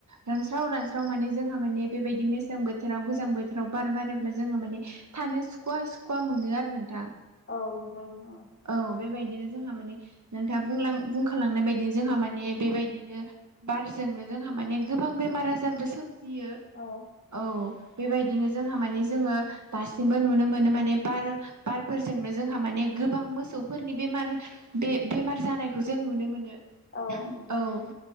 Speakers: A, on the right; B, on the left.
A: र स्राव रानस्राव माने जोंहा माने बेबायदि मेसें बोथोराव गोजां बोथोराव बार बारोब्ला जोंहा माने थानो सुखुवा सुखुवा मोनो आरो नोंथां।
B: औ नोंगौ नोंथां।
A: औ बेबायदिनो जोंहा माने नोंथाङा बुंलां बुंखालांनाय बायदिनो जोंहा माने बेबायदि बिदिनो बारजोंनो जोंहा माने गोबां बेमार आजारबो सोमज फियो
B: औ
A: औ। बेबायदिनो जोंहा माने जोङो दासिमबो नुनो मोनो माने बार बारफोरजोंनो जोंहा माने गोबां मोसौफोरनि बेमार बे बेमार जानायखौ जों नुनो मोनो।
B: औ औ।
A: औ
B: नोंथां